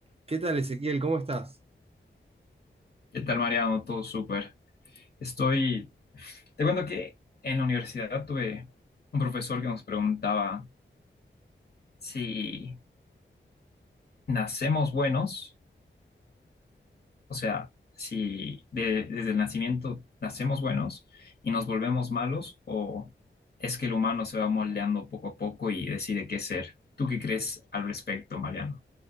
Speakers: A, on the right (about 30°); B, on the left (about 55°).
A: ¿Qué tal, Ezequiel? ¿Cómo estás?
B: ¿Qué tal, Mariano? Todo súper. Estoy. Te cuento que en la universidad tuve un profesor que nos preguntaba si nacemos buenos, o sea, si de- desde el nacimiento nacemos buenos y nos volvemos malos, o es que el humano se va moldeando poco a poco y decide qué ser. ¿Tú qué crees al respecto, Mariano?